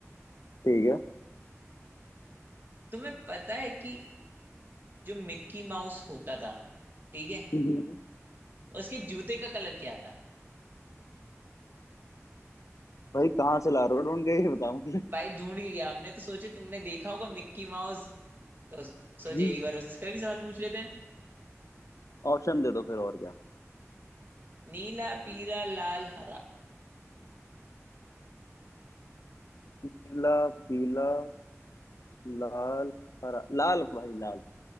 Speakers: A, on the left (about 80°); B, on the right (about 40°).
A: ठीक है
B: तुम्हें पता है कि जो मिक्की माउस होता था ठीक है
A: हम्म,
B: उसके जूते का कलर क्या था
A: भाई कहाँ से ला रहे हो ढूंढ के ये बताओ मुझे
B: भाई ढूंढ के गया हमने तो सोचे तुमने देखा होगा मिक्की माउस तो सोचे
A: <laughs>
B: एक बार उसका भी सवाल पूछ लेते हैं
A: ऑप्शन दे दो फिर और क्या
B: नीला पीला लाल हरा
A: नीला पीला लाल हरा लाल भाई लाल